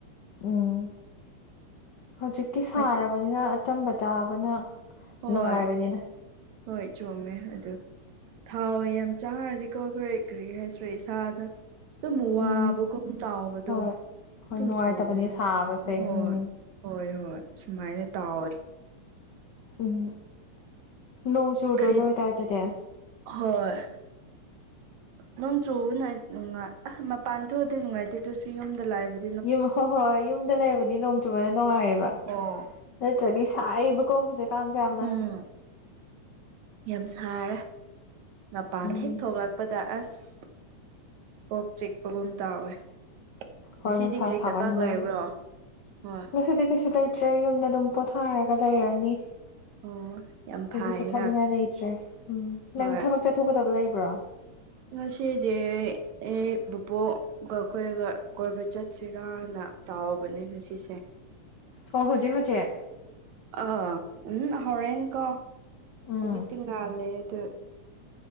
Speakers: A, on the left; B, on the right.
A: ꯎꯝ ꯍꯧꯖꯤꯛꯇꯤ ꯁꯥꯔꯕꯅꯤꯅ
B: ꯉꯁꯤ
A: ꯑꯆꯝꯕ ꯆꯥꯕꯅ
B: ꯍꯣꯏ
A: ꯅꯨꯡꯉꯥꯏꯕꯅꯤꯗ
B: ꯍꯣꯏ ꯆꯣꯃꯦ ꯑꯗꯨ ꯊꯥꯎ ꯌꯥꯝ ꯆꯥꯔꯗꯤꯀꯣ ꯑꯈꯣꯏ ꯀꯔꯤꯍꯥꯏꯁꯤꯔ ꯏꯁꯥꯗ ꯑꯗꯨꯝ
A: ꯎꯝ
B: ꯋꯥꯕꯒꯨꯝ ꯇꯥꯎꯕꯗꯣ
A: ꯍꯣꯏ ꯍꯣꯏ
B: ꯑꯗꯨꯝ
A: ꯅꯨꯡꯉꯥꯏꯇꯕꯅꯦ
B: ꯁꯣꯟꯕ
A: ꯁꯥꯕꯁꯦ
B: ꯍꯣꯏ
A: ꯎꯝ
B: ꯍꯣꯏ ꯍꯣꯏ ꯁꯨꯃꯥꯏꯅ ꯇꯥꯎꯋꯦ
A: ꯎꯝ ꯅꯣꯡ ꯆꯨꯗ꯭ꯔꯣ
B: ꯀꯔꯤ
A: ꯅꯣꯏ ꯑꯗꯥꯏꯗꯗꯤ
B: ꯍꯣꯏ ꯅꯣꯡ ꯆꯨꯕꯅ ꯅꯨꯡꯥꯏ ꯑꯁ ꯃꯄꯥꯟ ꯊꯣꯛꯑꯗꯤ ꯅꯨꯡꯉꯥꯏꯇꯦ ꯑꯗꯨꯁꯨ ꯌꯨꯝꯗ ꯂꯥꯛꯏꯕꯗ
A: ꯌꯨꯝ ꯍꯣꯏ ꯍꯣꯏ ꯍꯣꯏ ꯌꯨꯝꯗ ꯂꯩꯕꯗꯤ ꯅꯣꯡ ꯆꯨꯕꯅ ꯅꯨꯡꯉꯥꯏꯌꯦꯕ
B: ꯑꯣ
A: ꯅꯠꯇ꯭ꯔꯗꯤ ꯁꯥꯏꯕꯀꯣ ꯍꯧꯖꯤꯛꯀꯥꯟꯁꯦ ꯌꯥꯝꯅ
B: ꯎꯝ ꯌꯥꯝ ꯁꯥꯔꯦ ꯃꯄꯥꯟ
A: ꯎꯝ
B: ꯍꯦꯛ ꯊꯣꯛꯂꯛꯄꯗ ꯑꯁ ꯀꯣꯛ ꯆꯤꯛꯄꯒꯨꯝ ꯇꯥꯎꯋꯦ ꯉꯁꯤꯗꯤ
A: ꯍꯣꯏ ꯅꯨꯡꯁꯥ
B: ꯀꯔꯤ
A: ꯁꯥꯍꯟꯕꯒꯤ
B: ꯊꯕꯛ ꯂꯩꯕ꯭ꯔꯣ ꯍꯣꯏ
A: ꯉꯁꯤꯗꯤ ꯀꯩꯁꯨ ꯂꯩ ꯇ꯭ꯔꯦ ꯌꯨꯝꯗ ꯑꯗꯨꯝ ꯄꯣꯊꯥꯔꯒ ꯂꯩꯔꯅꯤ
B: ꯑꯣ ꯌꯥꯝ
A: ꯀꯩꯁꯨ
B: ꯐꯩꯅ
A: ꯆꯠꯊꯣꯛꯅꯤꯡꯉꯥꯏ ꯂꯩꯇ꯭ꯔꯦ ꯎꯝ ꯅꯪ
B: ꯍꯣꯏ
A: ꯊꯕꯛ ꯆꯠꯊꯣꯛꯀꯗꯕ ꯂꯩꯕ꯭ꯔꯣ
B: ꯉꯁꯤꯗꯤ ꯑꯩ ꯕꯨꯕꯣꯛꯒ ꯈꯣꯏꯒ ꯀꯣꯏꯕ ꯆꯠ ꯁꯤꯔꯥꯅ ꯇꯥꯎꯕꯅꯦ ꯉꯁꯤꯁꯦ
A: ꯑꯣ ꯍꯧꯖꯤꯛ ꯍꯧꯖꯤꯛ
B: ꯑꯥ ꯎꯝ ꯍꯧꯔꯦꯟꯅꯀꯣ
A: ꯎꯝ
B: ꯍꯧꯖꯤꯛꯇꯤ ꯉꯥꯜꯂꯤꯌꯦ ꯑꯗꯨ